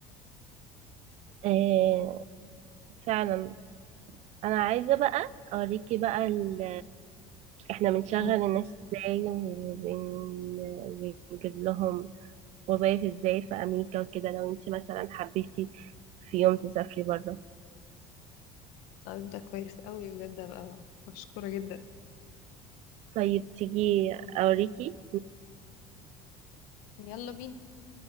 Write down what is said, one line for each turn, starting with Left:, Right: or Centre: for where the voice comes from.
Right: آه، فعلا انا عايزه بقى اوريكي بقى ال... احنا بنشغل
Left: مم.
Right: الناس ازاي وبنجيب لهم وظايف ازاي في امريكا وكده لو انت مثلا حبيتي في يوم تسافري بره
Left: طيب ده كويس قوي بجد بقى مشكوره جدا
Right: طيب تيجي اوريكي
Left: يلا بينا